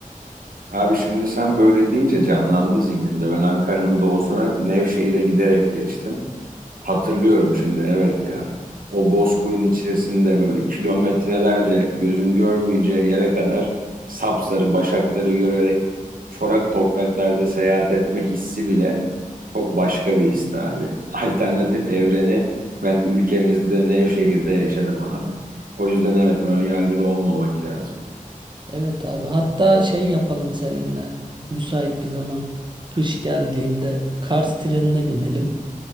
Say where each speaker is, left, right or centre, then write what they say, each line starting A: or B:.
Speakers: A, on the right; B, on the right.
A: Abi şimdi sen böyle deyince canlandı zihnimde. Ben Ankara'nın doğusuna Nevşehir'e giderek geçtim. Hatırlıyorum şimdi evet ya. O bozkırın içerisinde böyle kilometrelerce gözün görmeyeceği yere kadar sapsarı başakları görerek çorak topraklarda seyahat etme hissi bile çok başka bir his abi. Alternatif evreni ben ülkemizde Nevşehir'de yaşadım abi. O yüzden evet ön yargılı olmamak lazım.
B: Evet abi. Hatta şey yapalım seninle. Müsait bir zaman. Kış geldiğinde Kars trenine binelim.